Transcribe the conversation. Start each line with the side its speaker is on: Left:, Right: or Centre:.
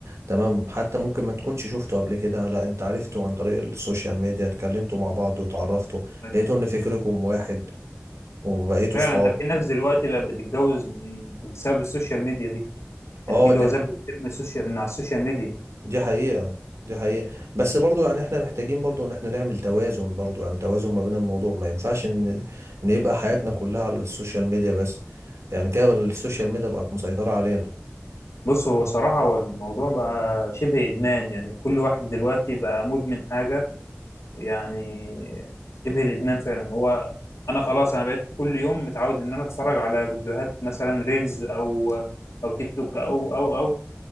Right: تمام حتى ممكن ما تكونش شفته قبل كده لا انت عرفته عن طريق السوشيال ميديا اتكلمتوا مع بعض وتعرفتوا
Left: <laughs>
Right: لقيتوا ان فكركم واحد وبقيتوا
Left: فعلا
Right: صحاب
Left: ده في ناس دلوقتي بقت بتتجوز من- بسبب السوشيال ميديا دي يعني
Right: اه
Left: في جوازات
Right: دي
Left: بتتم من السوشيال من على السوشيال ميديا
Right: دي حقيقة دي حقيقة بس برضو يعني احنا محتاجين برضو ان احنا نعمل توازن برضو يعني توازن ما بين الموضوع ما ينفعش ان ان يبقى حياتنا كلها على السوشيال ميديا بس يعني كده السوشيال ميديا بقت مسيطرة علينا
Left: بص هو صراحه هو الموضوع بقى شبه ادمان يعني كل واحد دلوقتي بقى مدمن حاجه يعني شبه الادمان فعلا هو انا خلاص انا بقيت كل يوم متعود ان انا اتفرج على فيديوهات مثلا ريلز او او تيك توك او او او